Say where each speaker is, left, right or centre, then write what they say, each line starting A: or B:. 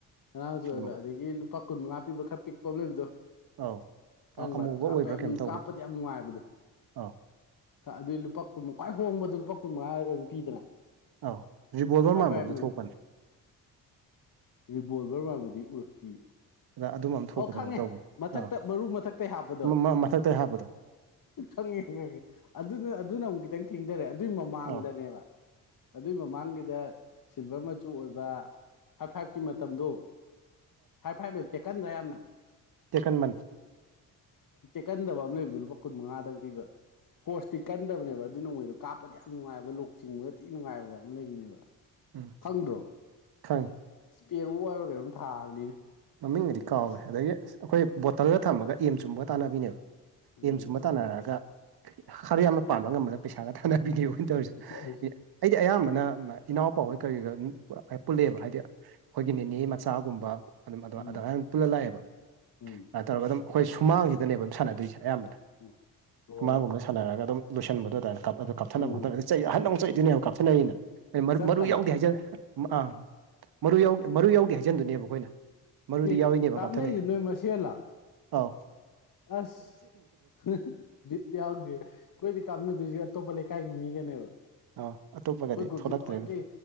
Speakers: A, on the left; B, on the right.
A: ꯁꯅꯥ ꯃꯆꯨ ꯑꯣꯏꯕ
B: ꯑꯗꯨꯝ
A: ꯑꯗꯒꯤ ꯂꯨꯄꯥ ꯀꯨꯟ ꯃꯉꯥ ꯄꯤꯕ ꯈꯔ ꯄꯤꯛꯄ ꯑꯃ ꯂꯩꯕꯗꯣ
B: ꯑꯧ
A: ꯈꯪꯕ꯭ꯔꯥ
B: ꯑꯃꯨꯕ
A: ꯀꯥꯞꯄ
B: ꯑꯣꯏꯕ꯭ꯔꯥ
A: ꯌꯥꯝ
B: ꯀꯩꯝ ꯇꯧꯕ꯭ꯔꯥ
A: ꯀꯥꯞꯄꯗꯤ ꯌꯥꯝ ꯅꯨꯡꯉꯥꯏꯕꯗꯨ
B: ꯑꯧ
A: ꯑꯗꯨꯏ ꯂꯨꯄꯥ ꯀꯨꯟꯃ ꯈ꯭ꯋꯥꯏ ꯍꯣꯡꯕꯗ ꯂꯨꯄꯥ ꯀꯨꯟ ꯃꯉꯥꯔꯒ ꯀꯩꯅꯣꯝ ꯄꯤꯗꯅ
B: ꯑꯥꯎ ꯔꯤꯕꯣꯜꯚꯔ
A: ꯐꯥꯏꯚ
B: ꯃꯥꯟꯕ
A: ꯐꯥꯏꯚꯅ
B: ꯑꯝꯁꯨ ꯊꯣꯛꯄꯅꯤ
A: ꯂꯨꯄꯥ ꯔꯤꯔꯤꯕꯣꯜꯚꯔ ꯃꯥꯕꯗꯤ ꯎꯔꯛꯇꯤꯌꯦ
B: ꯑꯗ ꯑꯗꯨꯝꯕ ꯑꯃ ꯊꯣꯛꯄꯗꯧꯅ
A: ꯑꯣ ꯈꯪꯉꯦ
B: ꯇꯧꯕꯅꯦ
A: ꯃꯊꯛꯇ
B: ꯑ
A: ꯃꯔꯨ ꯃꯊꯛꯇꯩ ꯍꯥꯞꯄꯗꯣ
B: ꯃꯊꯛꯇ ꯍꯥꯞꯄꯗꯣ
A: ꯈꯪꯉꯦ ꯈꯪꯉꯦ ꯑꯗꯨꯅ ꯑꯗꯨꯅ ꯑꯃꯨꯛ ꯈꯤꯇꯪ ꯊꯦꯡꯊꯔꯦ ꯑꯗꯨꯏ ꯃꯃꯥꯡꯗꯅꯦꯕ
B: ꯑꯥꯎ
A: ꯑꯗꯨꯏ ꯃꯃꯥꯡꯒꯤꯗ ꯁꯤꯜꯚꯔ ꯃꯆꯨ ꯑꯣꯏꯕ ꯐꯥꯏꯚ ꯐꯥꯏꯚꯀꯤ ꯃꯇꯝꯗꯣ ꯐꯥꯏꯚ ꯐꯥꯏꯚꯅ ꯇꯦꯛꯀꯟꯗ꯭ꯔ ꯌꯥꯝꯅ
B: ꯇꯦꯀꯟꯕꯅꯦ
A: ꯀꯟꯗꯕ ꯑꯃ ꯂꯩꯕꯗꯨ ꯂꯨꯄꯥ ꯀꯨꯟ ꯃꯉꯥꯗꯪ ꯄꯤꯕ ꯐꯣꯔꯁꯇꯤ ꯀꯟꯗꯕꯅꯦꯕ ꯑꯗꯨ ꯅꯣꯡꯃꯩꯗꯣ ꯀꯥꯞꯄꯗ ꯌꯥꯝ ꯅꯨꯡꯉꯥꯏꯕ ꯂꯣꯛ ꯆꯤꯡꯕꯒꯗꯤ ꯅꯨꯡꯉꯥꯏꯕ ꯑꯃ ꯂꯩꯕꯅꯦꯕ
B: ꯎꯝ
A: ꯈꯪꯗ꯭ꯔꯣ
B: ꯈꯪꯉꯦ
A: ꯏꯁꯄꯦꯔꯣ ꯍꯥꯏꯌꯔ ꯀꯩꯅꯣꯝ ꯊꯥꯕꯅꯤꯅꯦ
B: ꯃꯃꯤꯡꯒꯗꯤ ꯀꯥꯎꯔꯦ
A: ꯑꯁ
B: ꯑꯗꯒꯤ ꯑꯩꯈꯣꯏ ꯕꯣꯇꯜꯗ ꯊꯝꯃꯒ ꯑꯦꯝ ꯆꯨꯝꯕꯒ ꯇꯥꯟꯅꯕꯤꯅꯦꯕ
A: ꯎꯝ
B: ꯑꯦꯝ ꯁꯨꯝꯕ ꯇꯥꯅꯔꯛꯑꯒ ꯈꯔ ꯌꯥꯝꯅ ꯄꯥꯟꯕ ꯉꯝꯕꯅ ꯄꯩꯁꯥꯒ ꯊꯥꯅꯔ ꯕꯤꯗꯤꯑꯣ ꯑꯣꯏꯅ ꯇꯧꯔꯤꯁꯦ
A: ꯑꯁ
B: ꯑꯩꯗꯤ ꯑꯌꯥꯝꯕꯅ ꯏꯅꯥꯎꯄꯥꯍꯣꯏ ꯀꯔꯤ ꯄꯨꯜꯂꯦꯕ ꯍꯥꯏꯗꯤ ꯑꯩꯈꯣꯏꯒꯤ ꯅꯤꯅꯦ ꯃꯆꯥꯒꯨꯝꯕ ꯑꯗꯨꯝ ꯑꯗꯨ
A: ꯎꯝ
B: ꯑꯗꯨꯃꯥꯏꯅ ꯑꯗꯨ ꯄꯨꯜꯂ ꯂꯥꯛꯑꯦꯕ ꯑꯗꯨꯃꯥꯏꯅ
A: ꯎꯝ
B: ꯇꯧꯔꯒ ꯑꯗꯨꯝ ꯑꯩꯈꯣꯏ ꯁꯨꯃꯥꯡꯁꯤꯗꯅꯦꯕ ꯑꯗꯨꯝ ꯁꯥꯟꯅꯗꯣꯏꯁꯦ ꯑꯌꯥꯝꯕꯅ
A: ꯎꯝ ꯑꯣ
B: ꯁꯨꯃꯥꯡꯒꯨꯝꯕꯗ ꯁꯥꯟꯅꯔꯒ ꯑꯗꯨꯝ ꯂꯣꯏꯁꯤꯟꯕ ꯑꯗꯨꯃꯥꯏꯅ ꯀ ꯑꯗꯨ ꯀꯥꯞꯊꯠꯅꯕ
A: ꯎꯝ
B: ꯈꯣꯠꯊꯠꯅ ꯆꯩ ꯑꯍꯟꯗ ꯑꯃꯨꯛ ꯆꯩ ꯑꯗꯨꯅꯦ ꯌꯥꯝ ꯀꯥꯞꯊꯠꯅꯔꯛꯏꯅ ꯑꯩꯅ ꯑꯩ
A: ꯆꯠꯇꯕ
B: ꯃꯔꯨ ꯌꯥꯎꯗꯦ ꯍꯥꯏꯖꯗꯦ ꯑꯥ ꯃꯔꯨ ꯃꯔꯨ ꯌꯥꯎꯗꯦ ꯍꯥꯏꯖꯤꯟꯗꯨꯅꯦꯕ ꯑꯩꯈꯣꯏꯅ ꯃꯔꯨꯗꯤ
A: ꯑꯦ
B: ꯌꯥꯎꯔꯤꯅꯦꯕ
A: ꯀꯥꯞꯅꯩꯁꯦ
B: ꯀꯥꯞꯊꯠꯅꯩꯗꯣ
A: ꯅꯣꯏ ꯃꯁꯦꯜꯂꯣ
B: ꯑꯥꯎ
A: ꯑꯁ ꯍꯥꯍꯥꯍꯥ ꯕꯤꯠ ꯌꯥꯎꯗꯦ ꯑꯩꯈꯣꯏꯗꯤ ꯀꯥꯞꯅꯗꯣꯏꯁꯦ ꯑꯇꯣꯞꯄ ꯂꯩꯀꯥꯏꯒꯤ ꯃꯤꯒꯅꯦꯕ
B: ꯑꯧ ꯑꯇꯣꯞꯄꯒꯗꯤ
A: ꯑꯩꯈꯣꯏ ꯒ꯭ꯔꯨꯞꯁꯦ
B: ꯊꯣꯛꯂꯛꯇ꯭ꯔꯦ
A: ꯊꯑꯣꯏꯀꯤ